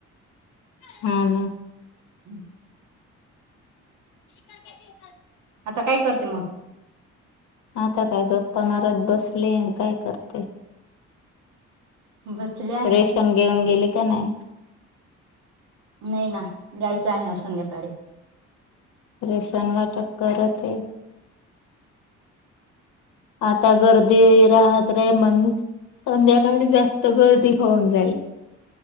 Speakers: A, on the left; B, on the right.
A: हां ना.
B: <inaudible>
A: <unintelligible>
B: आता काय करते मगं?
A: आता काय गप्पा मारत बसलीय अन काय करते?
B: बसले आहे
A: रेशन घेऊन गेली का नाही?
B: नाही ना जायचं आहे ना संध्याकाळी.
A: रेशन वाटप करत आहे. आता गर्दी राह त्रय मग संध्याकाळी जास्त गर्दी होऊन जाईल.